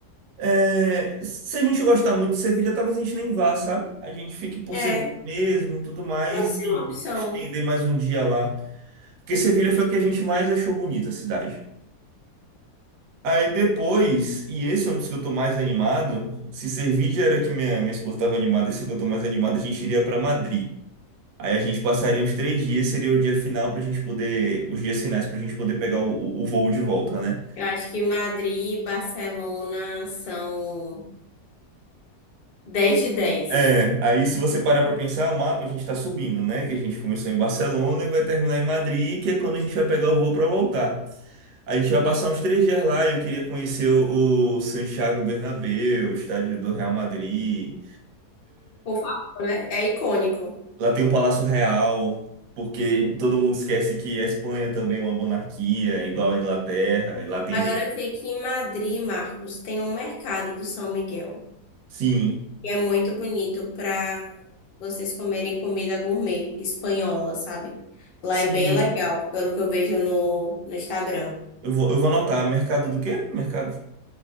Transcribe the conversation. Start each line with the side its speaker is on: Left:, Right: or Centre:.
Right: é, se a gente gostar muito de Sevilha, talvez a gente nem vá, sabe? A gente fique por
Left: É,
Right: Sevilha mesmo, tudo mais,
Left: pode ser
Right: e
Left: uma opção.
Right: estender mais um dia lá. Porque Sevilha foi o que a gente mais achou bonita a cidade. Aí depois, e esse é um dos que eu tô mais animado, se Sevilha era que minha, minha esposa estava animada, esse é o que eu tô mais animado, a gente iria para Madrid. Aí a gente passaria uns três dias, seria o dia final pra gente poder, os dias finais pra gente poder pegar o, o o voo de volta, né?
Left: Eu acho que Madrid e Barcelona são 10 de 10.
Right: É, aí se você parar pra pensar, o mapa a gente tá subindo, né? Que a gente começou em Barcelona e vai terminar em Madrid, que é quando a gente vai pegar o voo pra voltar. A gente vai passar uns três dias lá e eu queria conhecer o, o Santiago Bernabéu, o estádio do Real Madrid.
Left: Por favor, né? É icônico.
Right: Lá tem o Palácio Real, porque todo mundo esquece que a Espanha também é uma monarquia, igual a Inglaterra, e lá tem
Left: Agora
Right: rei.
Left: eu sei que em Madrid, Marcos, tem um mercado do São Miguel,
Right: Sim,
Left: que é muito bonito para vocês comerem comida gourmet espanhola, sabe? Lá
Right: sim,
Left: é bem legal, pelo que eu vejo no, no Instagram.
Right: Eu vou, eu vou anotar. Mercado do quê? Mercado.